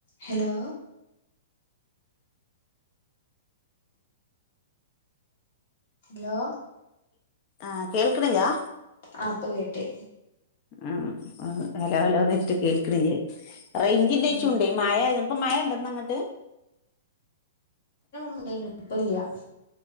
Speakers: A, on the left; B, on the left.
A: Hello ലോ
B: ആഹ് കേൾക്ക്ണില്ലാ
A: ആഹ് ഇപ്പം കേട്ട്
B: ഉം ഹലോ ഹലോന്ന്ച്ചിട്ട് കേക്ക്ണില്ലേ റെയ്ഞ്ചിന്റെ
A: ഇതിന്
B: ഇഷ്യൂണ്ടേ മഴയായത് ഇപ്പം മഴണ്ടാെന്നങ്ങട്ട്
A: ണ്ടേയ്നു ഇപ്പല്ല്യാ